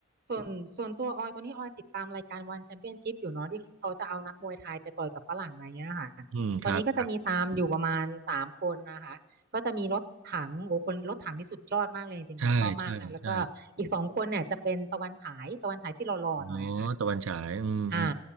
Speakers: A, on the right; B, on the right.
A: ส่วนส่วนตัวออยตอนนี้ออยติดตามรายการวันแชมเปี้ยนชิพอยู่เนาะที่เขาจะเอานักมวยไทยไปต่อยกับฝรั่งอะไรเงี้ยค่ะ
B: อืมครับครับ
A: ตอนนี้ก็จะมีตามอยู่ประมาณสามคนนะคะก็จะมีรถถังโอ้คนรถถังที่สุดยอดมากเลยจริงๆค่ะชอบมากแล้วก็อีกสองคนเนี่ยจะเป็นตะวันฉายตะวันฉายที่หล่อๆหน่อยค่ะ
B: ใช่ใช่ใช่อ๋อตะวันฉายอืม
A: อ่า